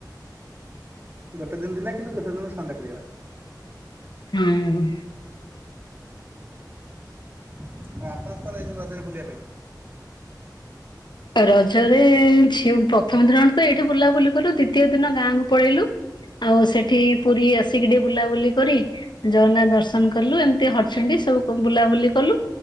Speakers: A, on the right; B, on the left.
A: ଗୋଟେ ଦିନ ଥିଲା କିନ୍ତୁ ଗୋଟେ ଦିନ ସଣ୍ଡେ ପଡ଼ିଗଲା।
B: ହଁ।
A: ଆଉ ଆପଣ କୁଆଡ଼େ ଯାଇଚନ୍ତି ରଜରେ ବୁଲିବା ପାଇଁ?
B: ରଜରେ ଝିଅ ପ୍ରଥମ ଦିନ ତ ଏଇଠି ବୁଲାବୁଲି କଲୁ, ଦ୍ଵିତୀୟ ଦିନ ଗାଁକୁ ପଳେଇଲୁ। ଆଉ ସେଠି ପୁରୀ ଆସିକି ଟିକେ ବୁଲାବୁଲି କରି ଜଗନ୍ନାଥ ଦର୍ଶନ କଲୁ, ଏମିତି ହରଚଣ୍ଡି ସବୁ ବୁଲାବୁଲି କଲୁ।